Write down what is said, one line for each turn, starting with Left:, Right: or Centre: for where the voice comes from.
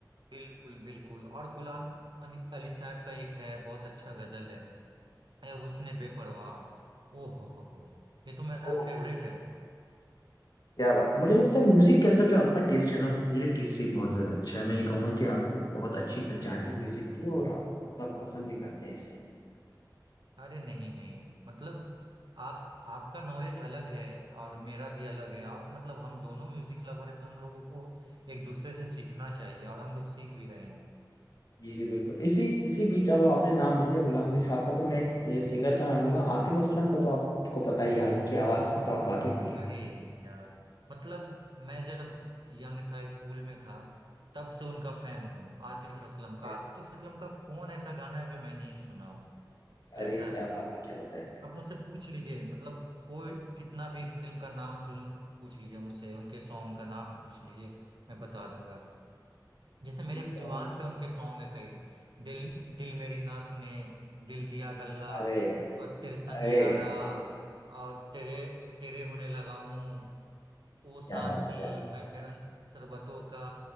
Right: बिल्कुल बिल्कुल और गुलाम अली अली साहब का एक है बहुत अच्छा गजल है ए हुस्न बेपरवाह ओ हो हो हो ये तो मेरा
Left: ओहो।
Right: फेवरेट है
Left: क्या बात मुझे लगता है म्यूजिक के अंदर जो आपका टेस्ट है ना वो मेरे टेस्ट से बहुत ज्यादा अच्छा है मैं ये कहूंगा कि आपको बहुत अच्छी पहचान है म्यूजिक की और आप आप पसंद भी करते हैं इससे
Right: अरे नहीं नहीं मतलब आप आपका नॉलेज अलग है और मेरा भी अलग है और मतलब हम दोनों म्यूजिक लवर है तो हम लोगों को एक दूसरे से सीखना चाहिए और हम लोग सीख भी रहे हैं
Left: जी जी बिल्कुल इसी इसी बीच अब आपने नाम ले लिया गुलाम अली साहब का तो मैं एक ये सिंगर का नाम लूंगा आतिफ असलम का तो आपको पता ही है, आपकी आवाज में तो आप वाकिफ ही हैं
Right: अरे यार मतलब मैं जब यंग था स्कूल में था तब से उनका फैन हूँ आतिफ असलम का
Left: क्या-
Right: आतिफ असलम का कौन ऐसा गाना है जो मैं नहीं सुना हूँ
Left: अरे
Right: ऐसा
Left: क्या
Right: है
Left: बात है क्या बात है
Right: आप मुझसे पूछ लीजिए मतलब कोई कितना भी फिल्म का नाम सुन पूछ लीजिए मुझसे उनके सॉन्ग का नाम पूछ लीजिए मैं बता दूंगा जैसे मेरे
Left: एक कानून
Right: जुबान पे उनके सॉन्ग है कई दिल दिल मेरी ना सुने दिल दिया गल्ला
Left: अरे
Right: और तेरे संग
Left: अरे
Right: यारा और तेरे तेरे होने लगा हूँ ओ
Left: क्या
Right: शांति
Left: बात है क्या बात
Right: मैरन शरबतों का